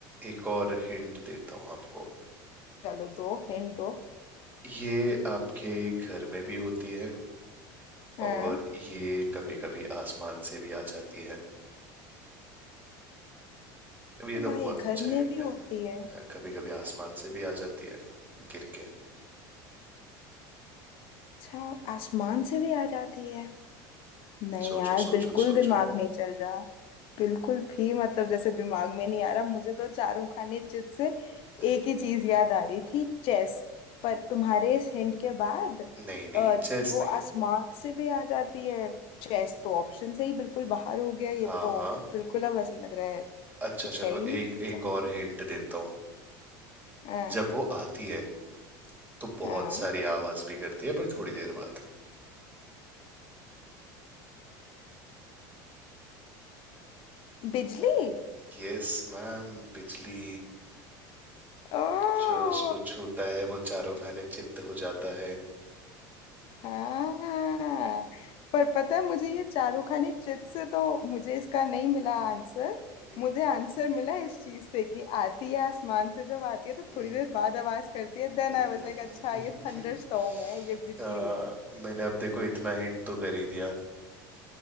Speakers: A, on the right; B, on the left.
A: एक और हिंट देता हूँ आपको
B: चलो दो हिंट दो
A: ये आपके घर में भी होती है
B: हाँ
A: और ये कभी कभी आसमान से भी आ जाती है अब ये
B: ओ
A: तो
B: भाई
A: बहुत
B: घर
A: अच्छा
B: में
A: हिंट
B: भी होती है
A: है कभी कभी आसमान से भी आ जाती है गिर के
B: अच्छा और आसमान से भी आ जाती है नहीं
A: सोचो
B: यार
A: सोचो
B: बिल्कुल
A: सोचो
B: दिमाग नहीं चल रहा बिल्कुल भी मतलब जैसे दिमाग में नहीं आ रहा मुझे तो चारों खाने चिप्स से
A: हम्म,
B: एक ही चीज याद आ रही थी चेस पर तुम्हारे इस हिंट के बाद अ,
A: नहीं नहीं चेस
B: कि वो
A: नहीं
B: आसमान से भी आ जाती है चेस
A: हम्म,
B: तो ऑप्शन से ही बिल्कुल बाहर हो गया ये
A: हाँ
B: तो
A: हाँ
B: बिल्कुल अब ऐसे लग रहा है
A: अच्छा
B: कुछ
A: चलो
B: है ही नहीं
A: एक
B: कुछ
A: एक
B: समझ
A: और
B: में
A: हिंट देता हूँ
B: हाँ
A: जब वो आती है तो बहुत
B: हाँ
A: सारी आवाज भी करती है पर थोड़ी देर बाद
B: बिजली
A: यस मैम बिजली
B: ओ
A: जो उसको छूता है वो चारों खाने चित्त हो जाता है
B: हाँ पर पता है मुझे ये चारूखानी चिट से तो मुझे इसका नहीं मिला आंसर
A: हम्म
B: मुझे आंसर मिला इस चीज से कि आती है आसमान से जब आती है तो
A: हम्म।
B: थोड़ी देर बाद आवाज करती है देन
A: हम्म,
B: आई वाज लाइक
A: <laughs>
B: अच्छा ये थंडर स्टॉर्म है ये बिजली
A: आ,
B: है
A: मैंने अब देखो इतना हिंट तो कर ही दिया